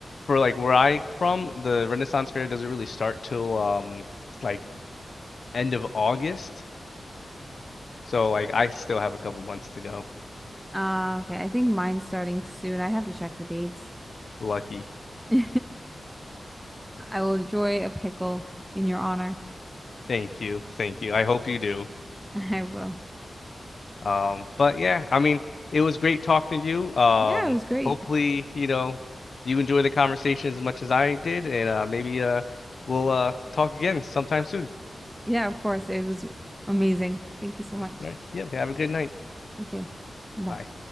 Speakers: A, on the left (about 50°); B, in the centre.
A: for like where I from, the Renaissance Fair doesn't really start till um like end of August. So like I still have a couple months to go.
B: Uh, okay, I think mine's starting soon. I have to check the dates.
A: Lucky.
B: <laughs> I will enjoy a pickle in your honor.
A: Thank you. Thank you. I hope you do.
B: <laughs> I will.
A: Um, but yeah, I mean, it was great talking to you. Um,
B: Yeah, it was great.
A: hopefully, you know, you enjoy the conversation as much as I did, and uh, maybe uh, we'll uh, talk again sometime soon.
B: Yeah, of course. It was amazing. Thank you so much.
A: All right. Yeah, have a good night.
B: You too. Bye.
A: Bye.